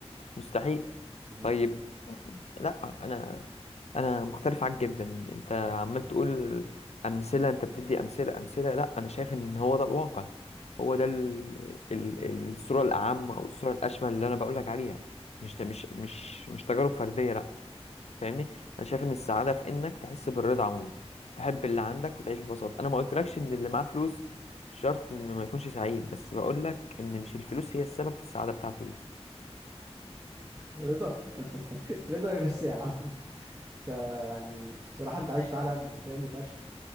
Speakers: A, on the left; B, on the right.
A: مستحيل
B: مم.
A: طيب آه. لا انا انا مختلف عنك جدا انت عمال تقول امثله انت بتدي امثله امثله لا انا شايف ان هو ده الواقع هو ده ال... ال... الصوره الاعم او الصوره الاشمل اللي انا بقول لك عليها مش ده مش مش مش تجارب فرديه لا فاهمني انا شايف ان السعاده في انك تحس بالرضا عموما تحب اللي عندك وتعيش ببساطه انا ما قلتلكش ان اللي معاه فلوس شرط انه ما يكونش سعيد بس بقول لك ان مش الفلوس هي السبب في السعاده بتاعته دي
B: رضا رضا ايه بس يا عم انت يعني بصراحه انت عايش في عالم مثالي فشخ